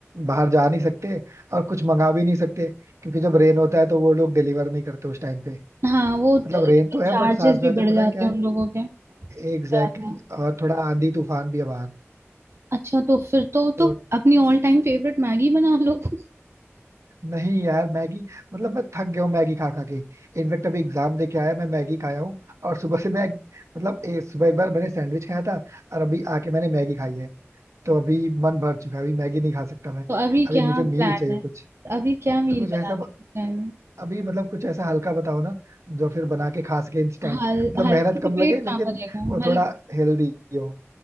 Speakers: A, on the right (about 80°); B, on the right (about 60°).
A: बाहर जा नहीं सकते और कुछ मंगा भी नहीं सकते क्योंकि जब रेन होता है तो वो लोग डिलीवर नहीं करते उस टाइम पे
B: हाँ वो
A: मतलब
B: चार्जेस
A: रेन तो है बट साथ
B: भी
A: साथ में
B: बढ़
A: पता
B: जाते
A: है क्या
B: हैं
A: है
B: उन लोगों के तो
A: एग्जैक्टली
B: आता है।
A: exactly, और थोड़ा आंधी तूफान भी है बाहर
B: अच्छा तो फिर तो
A: तो
B: तो अपनी ऑल टाइम फेवरेट मैगी बना लो <laughs>
A: नहीं यार मैगी मतलब मैं थक गया हूँ मैगी खा खा के इनफेक्ट अभी एग्जाम दे के आया मैं मैगी खाया हूँ और सुबह से मैं मतलब ए, सुबह एक बार मैंने सैंडविच खाया था और अभी आके मैंने मैगी खाई है तो अभी मन भर चुका है अभी मैगी नहीं खा सकता मैं
B: तो अभी
A: अभी
B: क्या
A: मुझे मील
B: प्लान
A: चाहिए
B: है
A: कुछ
B: अभी क्या मील
A: तो कुछ
B: बनाने
A: ऐसा ब-
B: का प्लान है
A: अभी मतलब कुछ ऐसा हल्का बताओ ना जो फिर बना के खा सके इंस्टेंट
B: हल
A: मतलब
B: हल्के
A: मेहनत
B: से
A: कम
B: पेट
A: लगे लेकिन
B: कहाँ भरेगा
A: वो
B: हल
A: थोड़ा हेल्दी हो